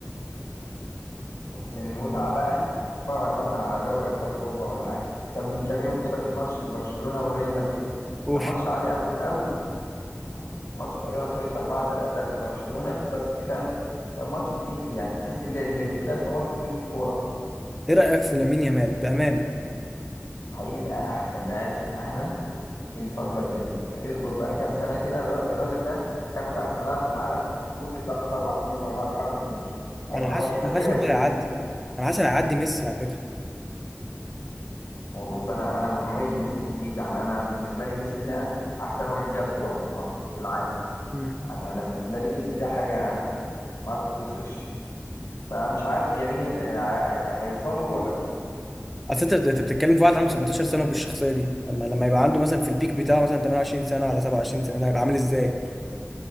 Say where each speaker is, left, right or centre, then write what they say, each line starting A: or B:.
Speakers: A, on the left; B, in the centre.
A: بس المتعة بقى اتفرج مثلا على دوري ابطال اوروبا ولا حاجة كان من كام يوم كده في ماتش برشلونة وريال مدريد
B: اوف
A: كان ماتش عالي قوي قوي يعني الماتش تقريبا خلص 4 3 لبرشلونة بس كان كان ماتش تقيل يعني تحس اللي, اللي بيتلعب في مصر دي مش كورة اصلا
B: ايه رايك في لامين يامال بامانه
A: هيبقى احسن لاعب في العالم الفترة الجاية دي كلها اصبر بقى كام سنة كده الر- الراجل ده هياخد أحسن لاعب في العالم لمدة تلات أربع سنين ورا بعض خمس سنين كده هي-
B: انا حاسس
A: هيحتكرها
B: انا حاسس انه
A: زي
B: هيعدي
A: ميسي كده
B: انا حاسس انه هيعدي ميسي على فكره
A: هو بص أنا أنا متحيز لميسي كتير يعني أنا بالنسبة لي ميسي ده أحسن واحد لعب كورة في مصر في العالم
B: مم.
A: يعني أنا بالنسبة لي ميسي ده حاجة ما تتوصفش فمش عارف يمين آه، ع- هيوصل له ولا
B: اصل انت انت بتتكلم في واحد عنده 17 سنه وبالشخصيه دي اما لما يبقى عنده مثلا في البيك بتاعه مثلا 28 سنه ولا 27 سنه ده هيبقى عامل ازاي